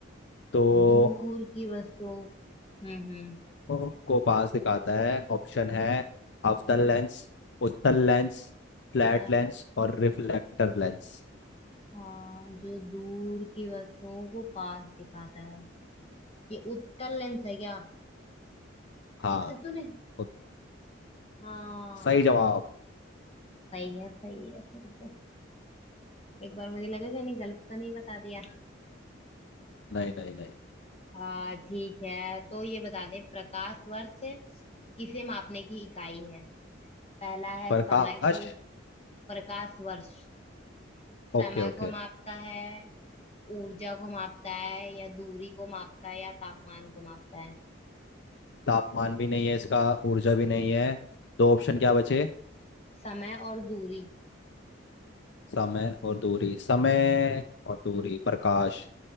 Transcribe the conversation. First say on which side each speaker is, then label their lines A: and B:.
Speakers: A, on the left (about 60°); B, on the left (about 30°).
A: तो
B: दूर की वस्तुओं हम्म हम्म
A: को पास दिखाता है ऑप्शन है अवतल लेंस उत्तल लेंस फ्लैट
B: हाँ,
A: लेंस और रिफ्लेक्टर लेंस
B: हाँ, जो दूर की वस्तुओं को पास दिखाता है ये उत्तल लेंस है क्या
A: हाँ
B: अरे तूने
A: उत-
B: हाँ
A: सही जवाब
B: सही है सही है सुन तो एक बार मुझे लगा कि नहीं गलत तो नहीं बता दिया
A: नहीं नहीं नहीं
B: आ ठीक है तो ये बता दे प्रकाश वर्ष किसे मापने की इकाई है पहला है
A: प्रकाश
B: समय को प्रकाश वर्ष समय
A: Okay okay
B: को मापता है ऊर्जा को मापता है या दूरी को मापता है या तापमान को मापता है
A: तापमान भी नहीं है इसका ऊर्जा भी नहीं है दो ऑप्शन क्या बचे
B: समय और दूरी
A: समय और दूरी समय और दूरी प्रकाश